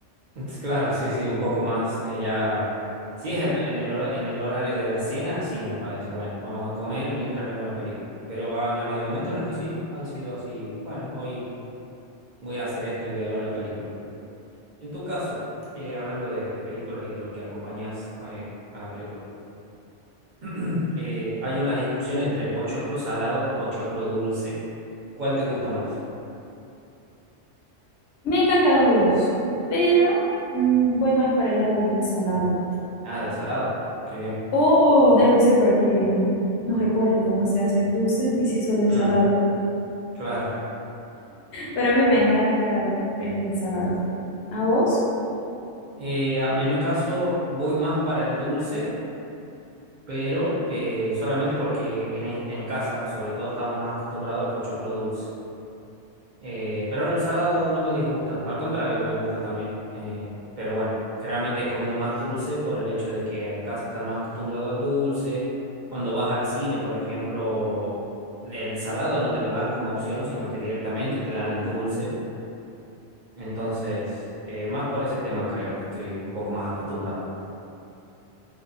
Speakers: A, on the right (about 50°); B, on the left (about 70°).
A: Entonces, Claro, sí, sí, un poco más. eh, ya, si es el- en el, hor en el horario de la cena, sí, me parece. Bueno, vamos a comer mientras vemos la película. Pero han habido momentos en los que sí, han sido así, bueno, hoy voy a hacer esto y voy a ver la película. En tu caso, eh, hablando de, de películas y de lo que acompañas eh, a la película, <clears throat> eh, hay una discusión entre pochoclo salado o pochoclo dulce. ¿Cuál te gusta más?
B: Me encantan los dos, pero mm, voy más para el lado del salado.
A: Ah, del salado. Qué bien.
B: O debe ser porque mm, no recuerdo cómo se hace el dulce y sí solo el
A: Mm,
B: salado.
A: claro.
B: Pero a mí me encanta eh, el salado. ¿A vos?
A: Eh, a- en mi caso, voy más para el dulce, pero eh, solamente porque en, est- en casa, sobre todo, estamos más acostumbrados al pochoclo dulce. Eh, pero no, el salado no me disgusta, al contrario, me gusta también. Eh, pero bueno, generalmente he comido más dulce por el hecho de que en casa están más acostumbrados al dulce. Cuando vas al cine, por ejemplo, el salado no te lo dan como opción, sino que directamente te dan el dulce. Entonces, eh, más por ese tema creo que estoy un poco más acostumbrado.